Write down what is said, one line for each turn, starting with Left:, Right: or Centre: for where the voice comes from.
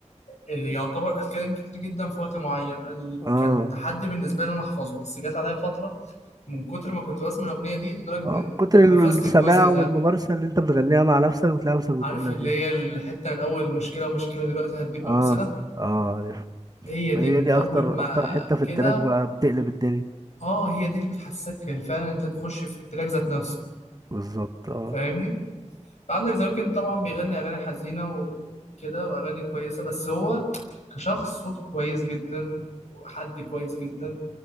Left: اللي يعتبر قال كلام كتير جدا في وقت معين أنا ال-
Right: اه
Left: كان تحدي بالنسبه لي ان انا احفظه بس جت عليا فتره من كتر ما كنت بسمع الأغنية دي لدرجة
Right: اه من كتر
Left: حفظت
Right: ال- السماع
Left: الجزء ده
Right: والممارسة اللي انت بتغنيها مع نفسك بتلاقي نفسك بتقولها
Left: عارف اللي
Right: كده
Left: هي الحتة من أول مشكلة مشكلة دلوقتي هديك
Right: اه
Left: أمثلة
Right: اه عرفت
Left: هي دي
Right: هي
Left: من
Right: دي
Left: أول
Right: اكتر
Left: ما
Right: اكتر حتة في
Left: كده
Right: التراك بقى بتقلب الدنيا
Left: اه هي دي اللي بتحسسك فعلا انت تخش في التراك ذات نفسه
Right: بالظبط اه
Left: فاهمني عندك ذا ويكند طبعا بيغني أغاني حزينة وكده وأغاني كويسة بس هو كشخص صوته كويس جدا وحد كويس جدا